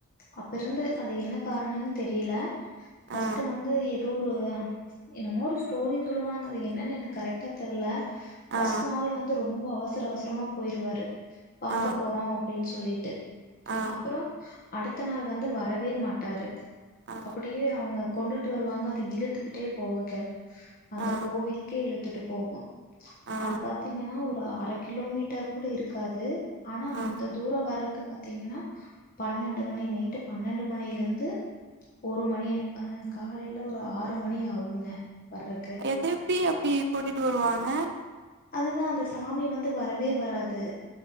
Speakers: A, on the left; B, on the right.
A: அப்ப இருந்து அது என்ன காரணம்ன்னு தெரியல ஃபஸ்ட்
B: ஆ
A: வந்து அது ஒரு என்னமோ ஒரு ஸ்டோரி சொல்லுவாங்க அது என்னன்னு எனக்கு கரெக்டா தெர்ல ஃபர்ஸ்ட்
B: ஆ
A: நாள் வந்து ரொம்ப அவசர அவசரமா போயிருவாரு பாக்க
B: ஆ
A: போறோ அப்டின்னு சொல்லிட்டு
B: ஆ
A: அப்பறோ அடுத்த நாள் வந்து வரவே மாட்டாரு
B: ஆ
A: அப்டியே அவங்க கொண்டுட்டு வருவாங்க அது இழுத்துக்கிட்டே போகுது அந்த
B: ஆ
A: கோவிலுக்கே இழுத்துட்டு போகு
B: ஆ
A: அது பாத்தீங்கன்னா ஒரு அர கிலோமீட்டர் கூட இருக்காது ஆனா
B: ஆ
A: அந்த தூரோ வரக்கு பாத் பாத்தீங்கன்னா பன்னெண்டு மணி நைட்டு பன்னெண்டு மணில இருந்து ஒரு மணி காலைல ஒரு ஆறு மணி ஆகுங்க வர்றக்கு
B: எது எப்டி அப்டி கூட்டிட்டு வருவாங்க
A: அதுதா அந்த சாமி வந்து வரவே வராது